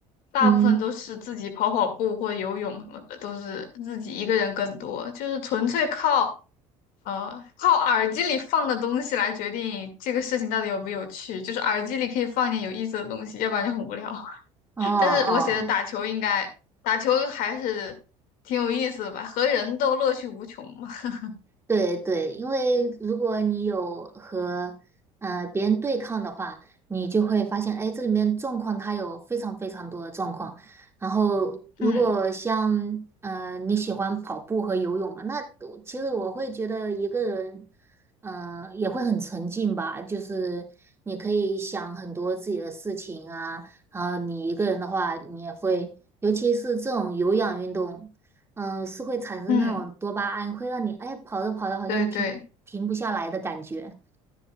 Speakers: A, on the left; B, on the right.
A: 大部分都是自己跑跑步或者游泳什么的，
B: 嗯，
A: 都是自己一个人更多，就是纯粹靠呃靠耳机里放的东西来决定这个事情到底有没有趣。就是耳机里可以放一点有意思的东西，要不然就很无聊。
B: 哦哦，
A: 但是我写的打球应该打球还是挺有意思的吧，和人都乐趣无穷嘛。<laughs>
B: 对对，因为如果你有和呃别人对抗的话，你就会发现，哎，这里面状况它有非常非常多的状况。然后，如果像呃你喜欢跑步和游泳嘛，
A: 嗯
B: 那我其实我会觉得一个人，嗯、也会很沉静吧。就是你可以想很多自己的事情啊，然后你一个人的话，你也会，尤其是这种有氧运动。嗯、是会产生那种多巴胺，
A: 嗯，
B: 会让你哎跑着跑着好像停停不下来的感觉。
A: 对对